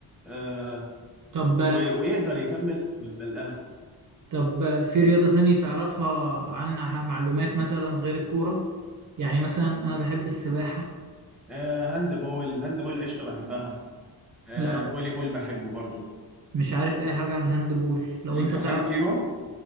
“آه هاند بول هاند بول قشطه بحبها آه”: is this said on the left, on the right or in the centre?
Centre